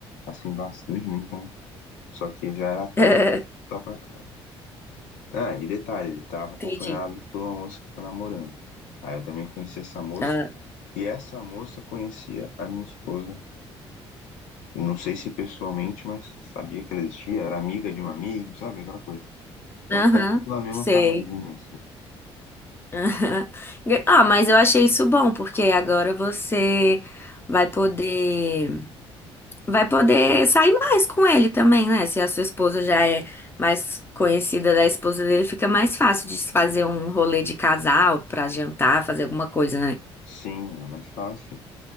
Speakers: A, on the left; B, on the left.
A: assim bastante, né? Então, só que já era tarde,
B: <laughs>
A: tá pra casa. Ah, e detalhe, ele tava acompanhado
B: Entendi.
A: por uma moça que tá namorando. Aí eu também conheci essa moça,
B: Ah,
A: e essa moça conhecia a minha esposa. Não sei se pessoalmente, mas sabia que ela existia, era amiga de um amigo, sabe? Aquela coisa. Então
B: Aham.
A: tá tudo na mesma
B: Sei.
A: panelinha, assim.
B: Aham. <laughs> Ah, mas eu achei isso bom, porque agora você vai poder vai poder sair mais com ele também, né? Se a sua esposa já é mais conhecida da esposa dele, fica mais fácil de se fazer um rolê de casal pra jantar, fazer alguma coisa, né?
A: Sim, é mais fácil.